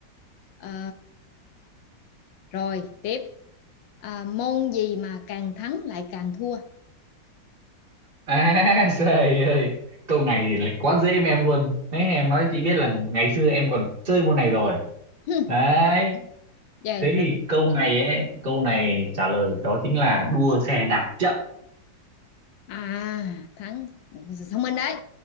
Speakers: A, on the left; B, on the right.
A: à, rồi tiếp à, môn gì mà càng thắng lại càng thua
B: à <laughs> trời ơi câu này thì lại quá dễ với em luôn đấy em nói chị biết là ngày xưa em còn chơi môn này rồi
A: Hừm,
B: đấy
A: vậy
B: thế thì
A: rồi.
B: câu này ấy câu này trả lời đó chính là đua xe đạp chậm
A: à thắng thông minh đấy